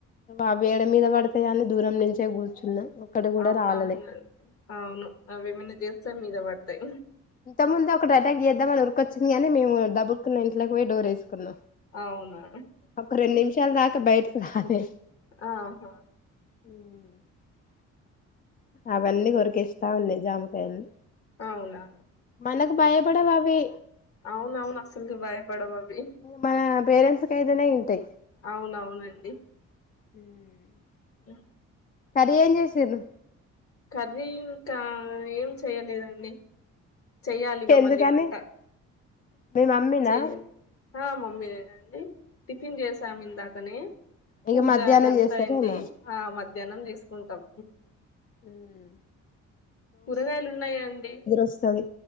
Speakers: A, on the left; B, on the left.
A: అవి యెడ మీద పడతయి అని దూరం నుంచే కూర్చున్నా ఒక్కటి కూడా
B: అవునవును
A: రాలలే
B: అవును అవేమైనా చేస్తే మీద పడతాయి
A: ఇంతముందు ఒక ఎటాక్ చేద్దామనిఊరికోచ్చింది కానీ మేము దబుకున్న ఇంట్లకు పోయి డోర్ వేసుకున్నాం
B: అవునా
A: ఒక రెండు నిమిషాల దాకా బయటకి రాలే
B: ఆహా
A: <inaudible> అవన్నీ కొరికేస్తా ఉన్నయి జామకాయల్ని
B: అవునా
A: మనకు భయపడవ్ అవి
B: అవునవును అసల్కె బయపడవ్ అవి
A: మన పేరెంట్స్ కైతేనే ఇంటాయ్
B: అవునవునండి
A: <inaudible>
B: హ్మ్.
A: కర్రీ ఏం చేసిండ్రు.
B: కర్రీ ఇంక ఏం చెయలేదండి. చెయ్యాలిగా
A: ఎందుకని
B: మళ్ళీ వంట
A: మీ మమ్మీనా
B: చెయ్యను హ మమ్మీ నేనండి. టిఫిన్ చేసాం ఇందాకనే.
A: ఇక
B: పూజ
A: మధ్యాహ్నం
B: అదంతా
A: చేస్తారేమో
B: అయింది ఆ మధ్యాహ్నం చేసుకుంటాం.
A: హ్మ్.
B: కూరగాయలు ఉన్నాయా అండి.
A: వస్తది